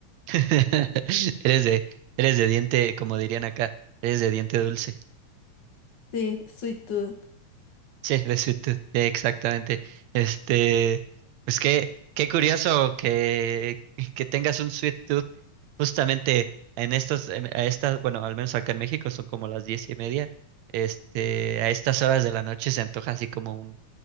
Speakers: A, on the right; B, on the left.
A: <laughs> Eres de, eres de diente, como dirían acá, eres de diente dulce.
B: Sí, sweet tooth.
A: Sí, de Suited, sí, exactamente. Este, pues qué, qué curioso que, que tengas un Sweet Tooth justamente en estas, en- a estas, bueno, al menos acá en México son como las diez y media. Este, a estas horas de la noche se antoja así como un,